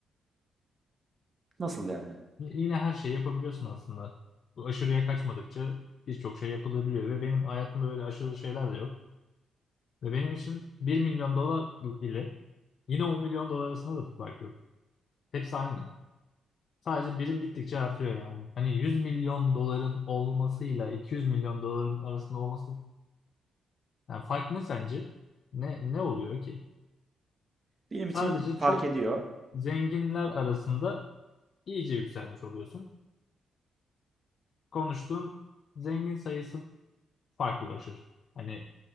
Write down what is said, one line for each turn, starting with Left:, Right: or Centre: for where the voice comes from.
Right: Nasıl yani?
Left: Y- Yine her şeyi yapabiliyorsun aslında. Bu aşırıya kaçmadıkça birçok şey yapılabiliyor ve benim hayatımda öyle aşırı şeyler de yok. Ve benim için bir milyon dolar ile yine 10 milyon dolar arasında da bir fark yok. Hepsi aynı. Sadece birim gittikçe artıyor yani. Hani 100 milyon doların olmasıyla 200 milyon doların arasında olması yani fark ne sence? Ne ne oluyor ki?
Right: Benim
Left: Sadece
Right: için fark
Left: çok
Right: ediyor.
Left: zenginler arasında iyice yükselmiş oluyorsun. Konuştuğun zengin sayısı farklılaşır. Hani